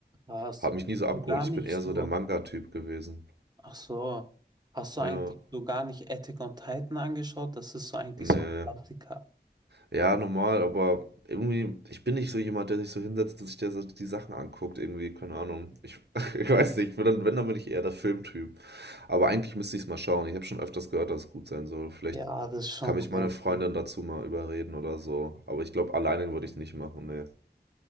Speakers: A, on the right; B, on the right.
A: Hast,
B: Hat mich nie
A: hast
B: so abgeholt.
A: du gar
B: Ich
A: nicht
B: bin eher
A: so,
B: so der Manga-Typ gewesen.
A: ach so, hast du
B: Ja,
A: eigentlich so gar nicht Attack on Titan angeschaut? Das ist so eigentlich
B: nee.
A: so ein Klassiker.
B: Ja, normal, aber irgendwie, ich bin nicht so jemand, der sich so hinsetzt und sich der, so die Sachen anguckt. Irgendwie, keine Ahnung. Ich, <laughs> ich weiß nicht. Ich bin dann, wenn, dann bin ich eher der Filmtyp. Aber eigentlich müsste ich es mal schauen. Ich habe schon öfters gehört, dass es gut sein soll. Vielleicht
A: Ja, das ist schon
B: kann mich
A: sehr
B: meine Freundin
A: gut.
B: dazu mal überreden oder so. Aber ich glaube, alleine würde ich es nicht machen, nee.